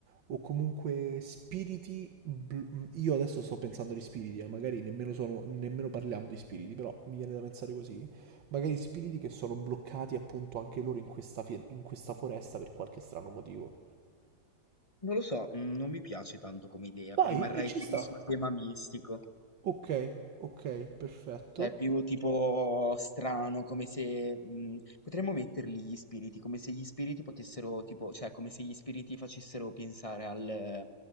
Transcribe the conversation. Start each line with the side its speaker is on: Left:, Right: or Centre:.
Right: o comunque spiriti. bl- mm, io adesso sto pensando agli spiriti, eh, magari nemmeno, sono, nemmeno parliamo di spiriti, però mi viene da pensare così. Magari spiriti che sono bloccati appunto anche loro in questa, fie- in questa foresta per qualche strano motivo.
Left: Non lo so, mm, non mi piace tanto come idea,
Right: Vai,
Left: rimarrei
Right: e ci
Left: tipo
Right: sta.
Left: sul tema mistico.
Right: Ok, ok, perfetto.
Left: Cioè, più tipo strano, come se mh, potremmo metterli gli spiriti, come se gli spiriti potessero, tipo, cioè, come se gli spiriti facessero pensare al,